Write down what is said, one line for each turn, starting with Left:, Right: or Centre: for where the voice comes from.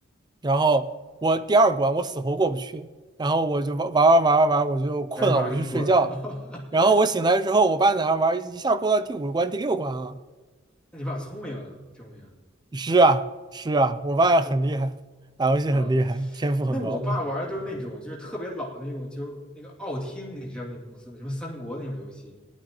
Right: 然后我第二关我死活过不去，然后我就玩玩玩玩玩玩，我就困了，
Centre: 让你爸给你过了，
Right: 我就去睡觉了。
Centre: <laughs>
Right: 然后我醒来之后，我爸在那玩，一下过到第五关、第六关了。
Centre: 那你爸聪明啊，证明
Right: 是啊，是啊，我爸很厉害，
Centre: 对，
Right: 打游戏很厉害，
Centre: 啊。
Right: 天赋很高
Centre: 那我爸玩的都是那种就是特别老的那种，就那个奥汀，你知道那公司吗？什么三国那种游戏，